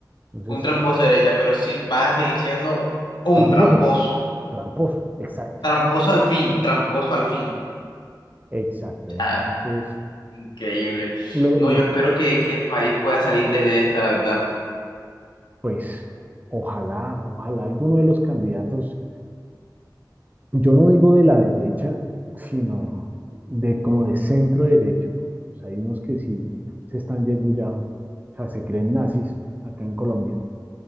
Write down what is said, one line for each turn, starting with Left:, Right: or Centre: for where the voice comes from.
Right: Entonces,
Left: un tramposo de derecha, pero sí va a seguir siendo un
Right: tramposo,
Left: tramposo.
Right: tramposo, exacto,
Left: Tramposo al fin, tramposo al fin.
Right: exacto.
Left: O
Right: Entonces,
Left: sea, increíble.
Right: lo,
Left: No,
Right: lo,
Left: yo espero que, que el país pueda salir de de esta, la verdad.
Right: pues, ojalá, ojalá alguno de los candidatos yo no digo de la derecha, sino de como de centro derecha, porque pues, hay unos que sí se están yendo ya, o sea, se creen nazis acá en Colombia,